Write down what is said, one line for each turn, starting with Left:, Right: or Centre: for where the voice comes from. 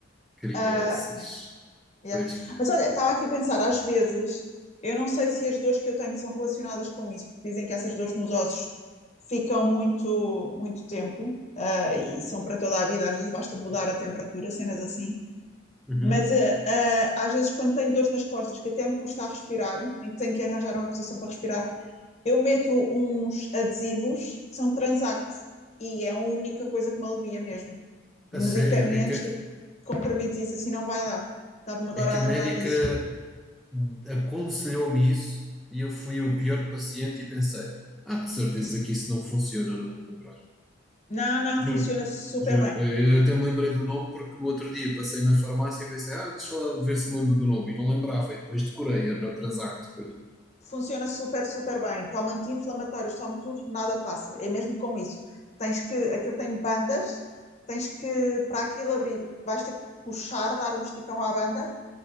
Centre: Crianças.
Left: Ah, yeah.
Centre: Pois.
Left: Mas olha, estava aqui a pensar, às vezes, eu não sei se as dores que eu tenho são relacionadas com isso, porque dizem que essas dores nos ossos ficam muito, muito tempo, ah, e são para toda a vida, às vezes basta mudar a temperatura, cenas assim.
Centre: Uhum.
Left: Mas ah, ah, às vezes, quando tenho dores nas costas, que até me custa a respirar, em que tenho que arranjar uma posição para respirar, eu meto uns adesivos que são Transact, e é a única coisa que me alivia mesmo
Centre: A sério,
Left: medicamentos,
Centre: é que,
Left: tipo comprimidos e isso assim não vai lá. Estava-me agora
Centre: é que
Left: a
Centre: a
Left: lembrar
Centre: médica
Left: disso.
Centre: aconselhou-me isso e eu fui o pior paciente e pensei, ah, de certeza que isso não funciona, não vou comprar.
Left: Não, não,
Centre: Juro,
Left: funciona super
Centre: juro.
Left: bem.
Centre: Eh, Eu até me lembrei do nome porque no outro dia passei na farmácia e pensei, ah, deixa lá ver se me lembro do nome. E não lembrava, e depois decorei, era o Transact depois.
Left: Funciona super, super bem. Toma anti-inflamatórios, toma tudo, nada passa. É mesmo com isso. Tens que, aquilo tem bandas, tens que, para aquilo abrir, vais ter que puxar, dar um esticão à banda